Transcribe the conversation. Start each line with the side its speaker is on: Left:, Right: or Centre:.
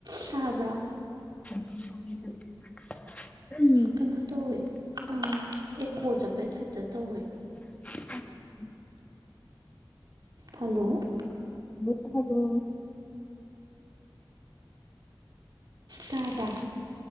Right: ꯁꯥꯕ꯭ꯔꯣ
Left: <unintelligible>
Right: ꯀꯩꯅꯣ ꯇꯧꯋꯦ ꯑꯥ ꯑꯦꯀꯣ ꯆꯠꯄꯩ ꯇꯥꯏꯞꯇ ꯇꯧꯋꯦ
Left: <unintelligible>
Right: ꯍꯂꯣ
Left: ꯇꯥꯕ꯭ꯔꯣ
Right: ꯇꯥꯕꯔ